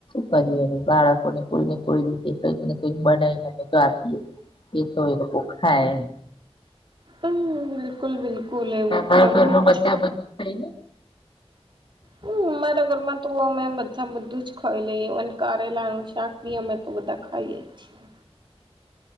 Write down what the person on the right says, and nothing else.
પણ બિલકુલ બિલકુલ એવું
કરવું
જ
હમ અમારા ઘરમાં તો અમે બધા બધું જ ખાઈ લઈએ કારેલા નું શાક ભી અમે તો બધા ખાઈએ <unintelligible>